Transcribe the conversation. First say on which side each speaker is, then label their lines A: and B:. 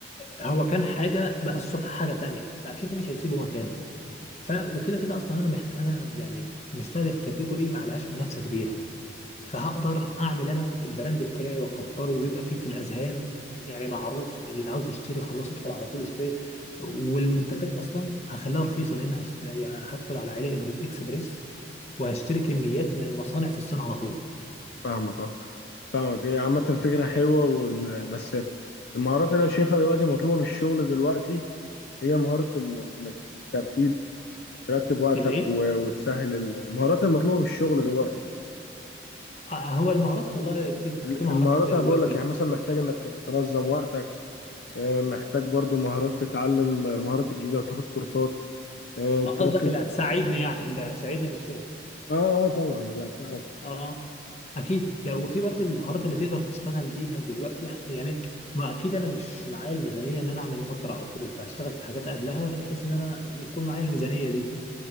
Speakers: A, on the left; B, on the left.
A: هو كان حاجه بقى الصبح حاجه تانية فاكيد مش هيسيبه مكان ف وكده كده اصلا انا محت... انا يعني مستهدف كاتيجوري ما عليهاش منافسه كبيره فهقدر اعمل انا البراند بتاعي واكبره ويبقى فيه في الاذهان يعني معروف اللي عاوز يشتري خلاص يدخل على طول يشتري والمنتجات اصلا هخليها رخيصه لان هشت... يعني هدخل على علي إبر- اكسبريس وهشتري كميات من المصانع في الصين على طول
B: فاهمك اه فاهمك هي عامة فكرة حلوة وال... بس المهارات اللي أنا شايفها دلوقتي مطلوبة في الشغل دلوقتي هي مهارة ال- إنك الترتيب ترتب وقتك
A: الايه
B: و... وتسهل ال- المهارات المطلوبة في الشغل دلوقتي
A: آه، هو المهارات والله في
B: ال-
A: في
B: المهارات
A: مهارات كتيره
B: أنا
A: دلوقتي
B: بقول لك يعني مثلا محتاج إنك تنظم وقتك آه، محتاج برضو مهارات تتعلم المهارات الجديدة وتاخد كورسات آه،
A: آه،
B: تركز
A: قصدك اللي هتساعدني يعني اللي هتساعدني في الشغل
B: اه اه طبعا لا تعرف
A: اه اكيد يعني وفي برضه المهارات اللي تقدر تشتغل بيها دلوقتي يعني ما اكيد انا مش معايا الميزانيه ان انا اعمل ماستر على طول فهشتغل في حاجات قبلها بحيث ان انا يكون معايا الميزانيه دي